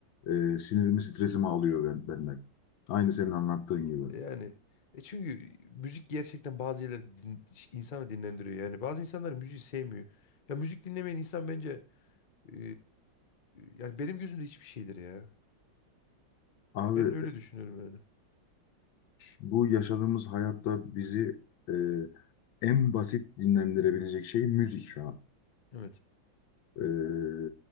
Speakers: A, on the left; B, on the left.
A: eee, sinirimi stresimi alıyor ben, benden. Aynı senin anlattığın gibi.
B: Yani e çünkü müzik gerçekten bazı yerlerde din, insanı dinlendiriyor. Yani bazı insanlar müziği sevmiyor. Ya müzik dinlemeyen insan bence eee, yani benim gözümde hiçbir şeydir ya.
A: Abi
B: Ben öyle düşünüyorum yani.
A: bu yaşadığımız hayatta bizi e, en basit dinlendirebilecek şey müzik şu an.
B: Evet.
A: E,